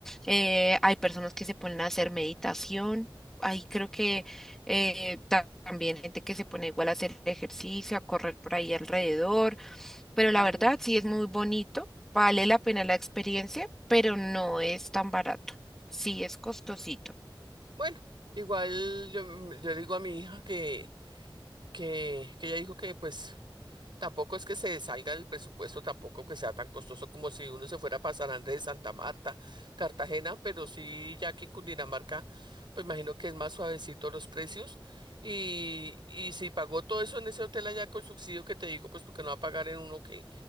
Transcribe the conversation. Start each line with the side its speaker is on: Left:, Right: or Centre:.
Centre: Eh, hay personas que se ponen a hacer meditación. Ahí creo que eh, ta- también gente que se pone igual a hacer ejercicio, a correr por ahí alrededor. Pero
Right: Mm,
Centre: la verdad sí es muy bonito. Vale la pena la experiencia, pero no es tan barato. Sí es costosito.
Right: Bueno, igual yo, mm, yo le digo a mi hija que, que, que ella dijo que pues tampoco es que se salga del presupuesto, tampoco que sea tan costoso como si uno se fuera para San Andrés, Santa Marta, Cartagena, pero sí ya aquí en Cundinamarca, pues imagino que es más suavecito los precios. Y, y si pagó todo eso en ese hotel allá con subsidio que te digo, pues porque no va a pagar en uno que,